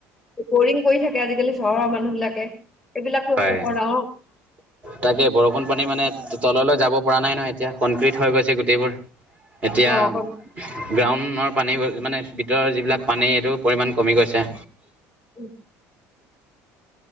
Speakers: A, in the centre; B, on the right.
A: বৰিং কৰি থাকে আজিকালি চহৰৰ মানুহ বিলাকে। এইবিলাকো
B: হয়,
A: এটা বৰ ডাঙৰ
B: তাকে বৰষুণ পানী মানে তললৈ যাব পৰা নাই নহয় এতিয়া, কনক্ৰিট হৈ গৈছে গোটেইবোৰ। এতিয়া
A: অ', কম-
B: গ্ৰাউণৰ পানী মানে ভিতৰৰ যিবিলাক পানী এইটো পৰিমাণ কমি গৈছে।
A: <unintelligible>